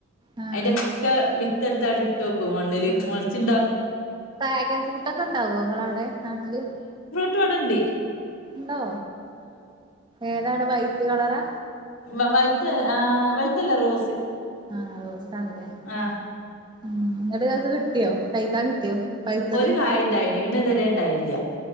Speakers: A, on the right; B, on the left.
A: ആ
B: അതിന്റെ ഒക്കെ വിത്ത്ടുത്തായിട്ട് ഇട്ട് വെക്കും മണ്ണില്
A: ഉം
B: മുളച്ചി
A: ഡ്രാഗൻ ഫ്രൂട്ടൊക്കെ ഉണ്ടാവോ ഇങ്ങളവിടെ നാട്ടില്
B: ട്ടു അവടെണ്ട്
A: ണ്ടോ ഏതാണ് വൈറ്റ് കളറാ
B: വ വൈറ്റ് ആ വൈറ്റല്ല റോസ്
A: ആഹ് ട്ടാണ് ലെ
B: ആ
A: ന്നട്ട് ഇങ്ങക്ക് കിട്ടിയോ കഴിക്കാൻ കിട്ടിയോ പഴുത്തത്
B: ഒരു കായണ്ടായിനി പിന്നത ഇത്ണ്ടായില്ല